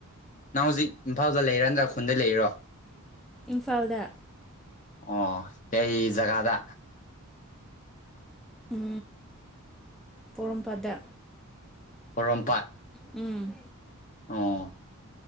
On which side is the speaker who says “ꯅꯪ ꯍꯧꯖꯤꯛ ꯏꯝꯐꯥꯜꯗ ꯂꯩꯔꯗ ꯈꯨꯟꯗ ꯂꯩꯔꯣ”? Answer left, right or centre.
Left